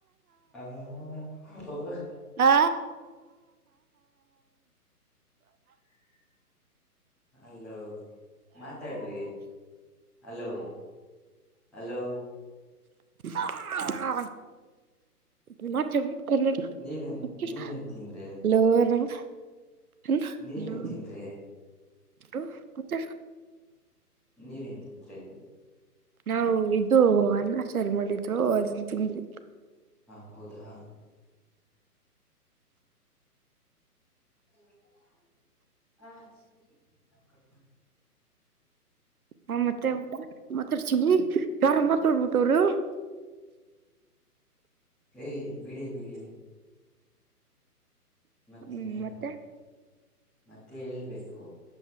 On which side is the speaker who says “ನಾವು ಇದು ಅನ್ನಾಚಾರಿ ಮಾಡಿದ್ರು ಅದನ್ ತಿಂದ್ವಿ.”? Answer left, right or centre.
Right